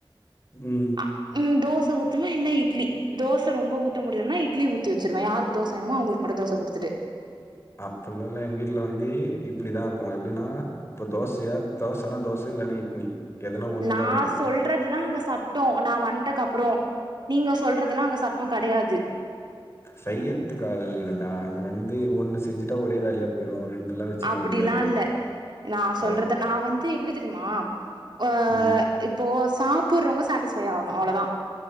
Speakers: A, on the left; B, on the right.
A: ம்
B: அ ம் தோச ஊத்துவே இல்ல இட்லி தோச ரொம்ப ஊத்த முடியாதுன்னா இட்லிஊத்தி வச்சுடுவேன் யாருக்கு தோச வேணுமோ அவங்களுக்கு மட்டும் தோச கொடுத்துட்டு
A: அப்பல்லாம்ல்ல எங்க வீட்ல வந்து இப்டிதான் இருக்கும் எப்டின்னா இப்போ தோசயா தோசனா தோசை இல்லனா இட்லி எதனா ஒண்ணுதா
B: நான்
A: வரும்
B: சொல்றது தான் அங்க சட்டம் நான் வன்ட்டக்கு அப்றம் நீங்க சொல்றதுல்லாம் அங்க சட் ம் கெடையாது
A: சையரத்துக்காக இல்லடா வந்து ஒண்ணு செஞ்சுட்டா ஒரே வேலையா போயிடுவாங்க ரெண்டுலா வச்சுன்னு
B: அப்டிலாம்
A: இருக்க முடியாதுன்னுவான்
B: இல்ல நான் சொல்றதலா
A: ஆ
B: நான் வந்து எப்டி தெரியுமா ஆ
A: ம்
B: இப்போ சாப்ற்வங்க சாட்டிஸ்ஃபை ஆகணும் அவ்வளோதான்